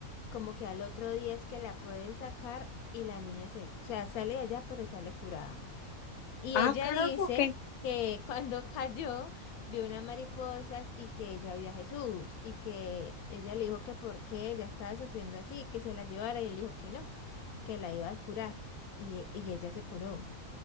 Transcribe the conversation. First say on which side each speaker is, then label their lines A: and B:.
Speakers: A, on the left; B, on the left.
A: como que al otro día es que la pueden sacar y la niña se, o sea, sale de allá pero sale curada. Y
B: Ah,
A: ella
B: carajo,
A: dice
B: qué...
A: que <laughs> cuando cayó vio unas mariposas y que ella vio a Jesús y que ella le dijo que por qué ella estaba sufriendo así, que se la llevara y él dijo que no, que la iba a curar y, y ella se curó.